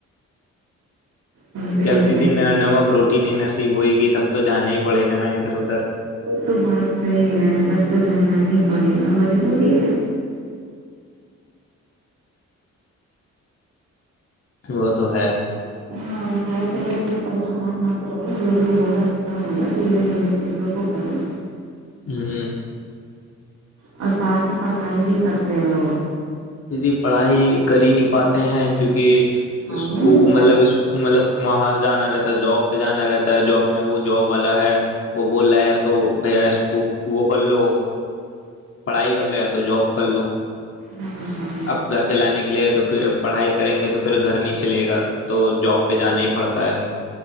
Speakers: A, on the right; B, on the left.
A: ہم تو یہی
B: جب دیدی
A: کہ
B: نمک روٹی نہیں نصیب ہوئے گی تب تو جانا ہی پڑے گا نا ادھر ادھر
A: وہ تو بات صحیح ہے تب تو جانا ہی پڑے گا مجبوری ہے
B: وہ تو ہے
A: ہاں خ چلو اس میں پریشان نہ رہو جو بھی ہوگا اچھا ہوگا دھیرے دھیرے کو کرار
B: ہوں
A: اور ساتھ میں پڑھائی بھی کرتے رہو
B: کی پڑھائی کر ہی نہیں پاتے ہیں کیونکہ
A: ٹائم
B: اسک
A: ہی نہیں ملتا
B: مطلب اس مطلب وہاں سے جانا رہتا ہے جاب پہ جانا رہتا ہے جاب میں وہ جاب والا ہے وہ بول رہا یا تو بھیا اس کو وہ کر لو پڑھائی کر لو تو جاب کر لو
A: ہ ہ
B: اب گھر چلانے کے لیے تو پڑھائی کریں گے تو پھر گھر نہیں چلے گا تو جاب پہ جانا ہی پڑتا ہے